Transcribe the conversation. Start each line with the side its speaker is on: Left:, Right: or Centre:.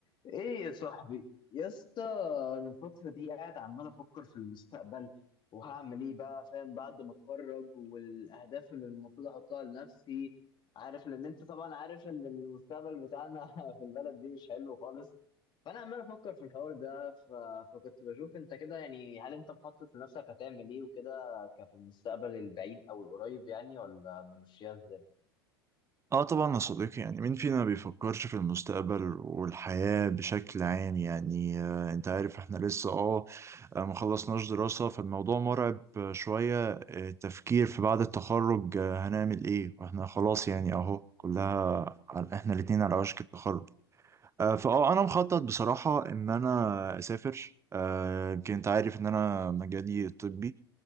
Left: ايه يا صاحبي يا اسطى انا الفتره دي قاعد عمال افكر في المستقبل وهعمل ايه بقى فاهم بعد ما اتخرج والاهداف اللي المفروض احطها لنفسي عارف لان انت طبعا عارف ان المستقبل بتاعنا <laughs> في البلد دي مش حلو خالص فانا عمال افكر في الحوار ده ف... فكنت بشوف انت كده يعني هل انت مخطط لنفسك هتعمل ايه وكده كفي المستقبل البعيد او القريب يعني ولا ممشيها ازاي
Right: اه طبعا يا صديقي يعني مين فينا ما بيفكرش في المستقبل والحياة بشكل عام يعني آه انت عارف احنا لسه اه آه، ما خلصناش دراسة فالموضوع مرعب آه، شوية آه، التفكير في بعد التخرج آه، هنعمل ايه واحنا خلاص يعني اهو كلها على- احنا الاتنين على وشك التخرج آه فاه انا مخطط بصراحة ان انا اسافر آه يمكن انت عارف ان انا مجالي الطبي